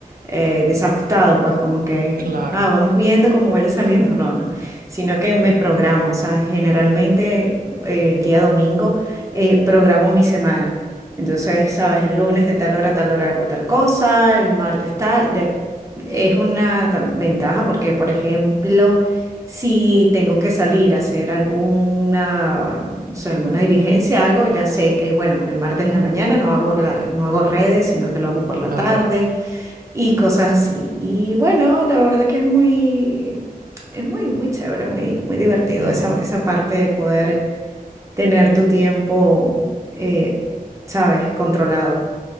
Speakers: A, on the right; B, on the right.
A: eh, desajustado, pues como que,
B: Claro,
A: ah, vamos viendo cómo vaya saliendo, no, no, sino que me programo, o sea, generalmente eh, el día domingo eh, programo mi semana. Entonces, sabes, el lunes de tal hora a tal hora hago tal cosa, el martes tal, de- es una tam- ventaja porque, por ejemplo, si tengo que salir a hacer alguna, o sea, alguna diligencia, algo, ya sé que, bueno, el martes en la mañana no hago la- no hago redes, sino que lo hago por la
B: claro.
A: tarde y cosas así. Y bueno, la verdad que es muy, es muy, muy chévere, muy, muy divertido
B: Ujú.
A: esa, esa parte de poder tener tu tiempo, eh, sabes, controlado.